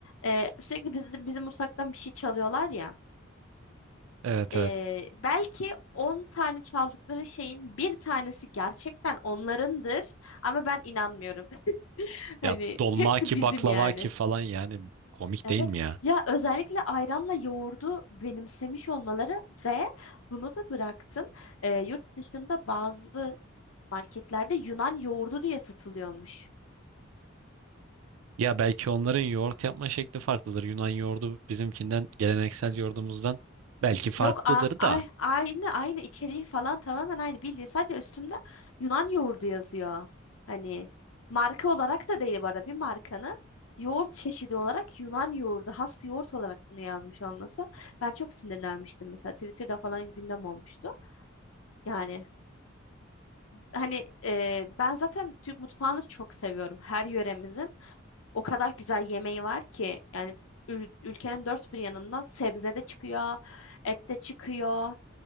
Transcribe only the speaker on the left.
e, sürekli bizim, bizim mutfaktan bir şey çalıyorlar ya.
e,
belki 10 tane çaldıkları şeyin bir tanesi gerçekten onlarındır ama ben inanmıyorum. <laughs> Hani
hepsi
bizim
yani.
Evet
ya özellikle ayranla yoğurdu benimsemiş olmaları ve bunu da bıraktım. Ee, yurt dışında bazı marketlerde Yunan yoğurdu diye satılıyormuş.
Yok a- ay,
aynı aynı içeriği falan tamamen aynı bildiğin sadece üstünde Yunan yoğurdu yazıyor. Hani marka olarak da değil bu arada bir markanın yoğurt çeşidi olarak Yunan yoğurdu has yoğurt olarak bunu yazmış olması. Ben çok sinirlenmiştim mesela Twitter'da falan gündem olmuştu. Yani Hani e, ben zaten Türk mutfağını çok seviyorum. Her yöremizin o kadar güzel yemeği var ki yani ül- ülkenin dört bir yanından sebze de çıkıyor, et de çıkıyor,